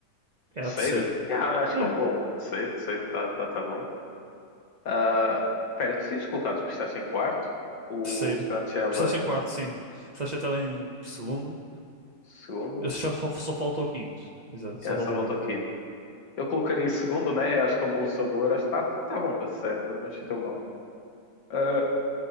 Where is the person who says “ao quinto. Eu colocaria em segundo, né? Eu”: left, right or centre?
Left